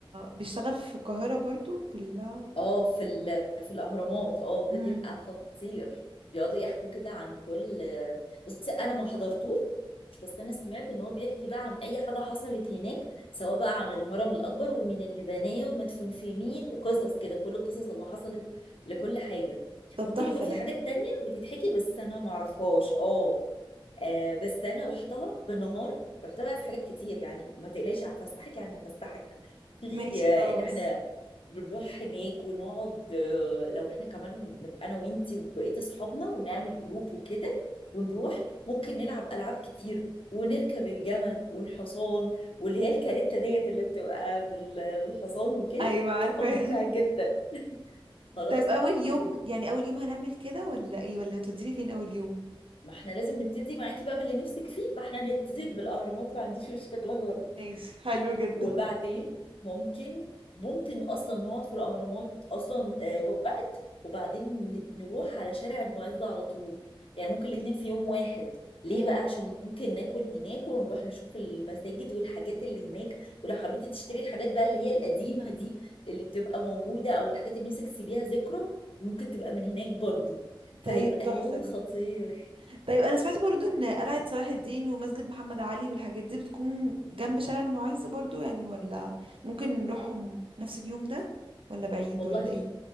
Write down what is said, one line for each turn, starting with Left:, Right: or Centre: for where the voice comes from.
Right: بيشتغل في القاهرة برضو ولا
Left: اه في ال... في الاهرامات اه ده
Right: امم
Left: بيبقى خطير بيقعدوا يحكوا كده عن كل بس انا ما حضرتوش بس انا سمعت ان هو بيحكي بقى عن اي حاجه حصلت هناك سواء بقى عن الهرم الاكبر ومين اللي بناه ومدفون في مين وقصص كده كل القصص اللي حصلت لكل حاجه
Right: طب
Left: ممكن
Right: تحفة
Left: يكون في
Right: ده
Left: حاجات تانية بتتحكي بس انا ما اعرفهاش اه آه، بس انا رحتها بالنهار رحت بقى في حاجات كتير يعني ما تقلقيش هفسحك يعني هفسحك في
Right: ماشي خلاص
Left: آه، ان احنا بنروح هناك ونقعد آه، لو احنا كمان نبقى انا وانتي وبقية اصحابنا ونعمل جروب وكده ونروح ممكن نلعب العاب كتير ونركب الجمل والحصان واللي هي الكاريتا ديت اللي بتبقى بال- بالحصان وكده
Right: ايوه عارفة
Left: بتبقى
Right: <laughs>
Left: ممتعة جدا خلاص
Right: طيب اول يوم
Left: وما
Right: يعني اول يوم هنعمل كده ولا ايه ولا هتوديني فين اول يوم
Left: احنا لازم نبتدي معاكي بقى باللي نفسك فيه فاحنا هنبتدي بالاهرامات ما عنديش مشكلة خالص.
Right: ماشي حلو جدا
Left: وبعدين ممكن ممكن اصلا نقعد في الاهرامات اصلا آه، وقت وبعدين ن- نروح على شارع المعز على طول يعني ممكن الاتنين في يوم واحد ليه
Right: امم
Left: بقى عشان ممكن ناكل هناك ونروح نشوف المساجد والحاجات اللي هناك ولو حبيتي تشتري الحاجات بقى اللي هي القديمة دي اللي بتبقى موجودة او الحاجات اللي نفسك تسيبيها ذكرى ممكن تبقى من هناك برضو فهيبقى
Right: طيب تحفة
Left: يوم
Right: دي
Left: خطير
Right: طيب انا سمعت برضو ان قلعة صلاح الدين ومسجد محمد علي والحاجات دي بتكون جنب شارع المعز برضو يعني ولا ممكن نروحهم نفس اليوم ده ولا بعيد
Left: والله
Right: ولا ايه